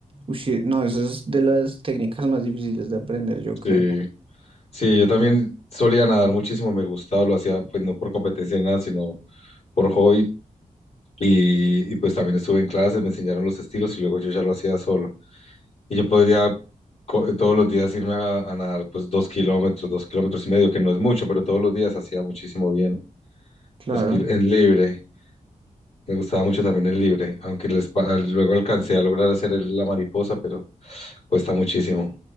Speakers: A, on the right; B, on the left.
A: Ush, no, eso es de las técnicas más difíciles de aprender, yo creo.
B: Sí, Sí, yo también solía nadar muchísimo, me gustaba, lo hacía pues no por competencia ni nada, sino por hobby. Y, y, pues también estuve en clases, me enseñaron los estilos y luego yo ya lo hacía solo. Y yo podría co- eh, todos los días irme a, a nadar pues dos kilómetros, dos kilómetros y medio, que no es mucho, pero todos los días hacía muchísimo bien.
A: Claro.
B: Dos kil- en libre, me gustaba mucho también el libre, aunque les, pa- al- luego alcancé a lograr hacer el- la mariposa, pero cuesta muchísimo.